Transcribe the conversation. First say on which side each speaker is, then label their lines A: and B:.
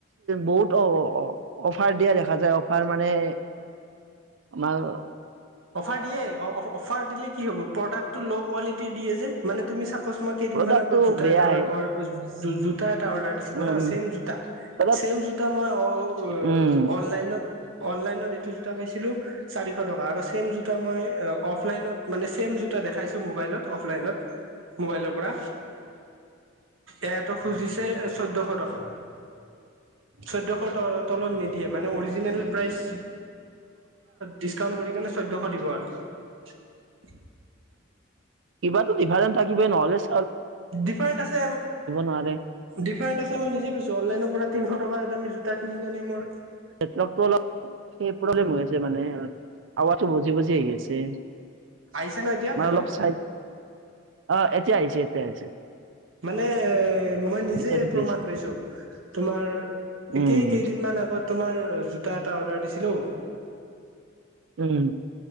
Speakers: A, on the right (about 65°); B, on the right (about 80°).
A: বহুত অ অফাৰ দিয়া দেখা যায় অফাৰ মানে। আৰু
B: অফাৰ দিয়ে অফাৰ দিলে কি হব প্ৰদাকটো ল কোৱালিটী দিয়ে যে মানে তুমি। মই কেই
A: প্ৰডাক্টটো
B: দিনমান আগত জোতা
A: বেয়া
B: এটা
A: আহে
B: জোতা জোতা এটা অৰ্ডাৰ দিছিলো
A: উম
B: হা
A: উম
B: ছেম জোতা চছেম
A: দাদা
B: জোতা মই অঁ
A: উম
B: অনলাইনত অনলাইনত এইটো জোতা পাইছিলো চাৰিশ টকা। চছেম জোতা মই অ অফলাইনত মানে চছেম জোতা দেখাইছো মোবাইলত। অফলাইনত মোবাইলৰ পৰা
A: উ <unintelligible>
B: এটা খুজিছে চৈধ্যশ টকা চৈধ্যশ টকা। তলত নিদিয়ে মানে অৰিজীনেল প্ৰাইজ দিছকাউণ্ট কৰি কেনে সেইকাৰণে চৈধ্যয়শ দিব আৰু
A: কিবাতো ডিফাৰেন্ট থাকিই নহলেজ।
B: ডিফাৰেণ্ট আছে
A: নোৱাৰে
B: ডিফাৰেণ্ট আছে মই নিজে বুজছো অনলাইনৰ পৰা। তিশ টকা আমি জোতা কিনি কেনে আমাৰ।
A: অলপ স প্ৰব্লেম হৈ আছে মানে আৱাজটো বজি বজি আহি আছে
B: আহিছে ন এতিয়া
A: মানে
B: হেল্ল'।
A: অলপ চাইড অ এতিয়া আহিছে এতিয়া আহিছে।
B: মানে এ মই নিজে
A: এতিয়া ঠিকে
B: প্ৰমাণ
A: আছে
B: পাইছো তোমাৰ
A: উম
B: কেই কেইদিনমান আগত তোমাৰ জোতা এটা অৰ্ডাৰ দিছিলো
A: উম